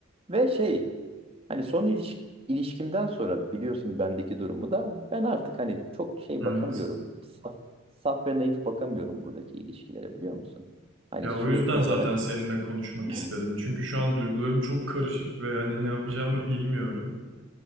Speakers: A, on the right; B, on the right.
A: ve şey hani son iliş- ilişkimden sonra biliyorsun bendeki durumu da ben artık hani çok şey
B: evet.
A: bakamıyorum. Saf, saf ve naif bakamıyorum buradaki ilişkilere biliyor musun? Hani
B: Ya
A: sürekli
B: o yüzden
A: olarak
B: zaten seninle konuşmak
A: Hı.
B: istedim. Çünkü şu an duygularım çok karışık ve hani ne yapacağımı bilmiyorum.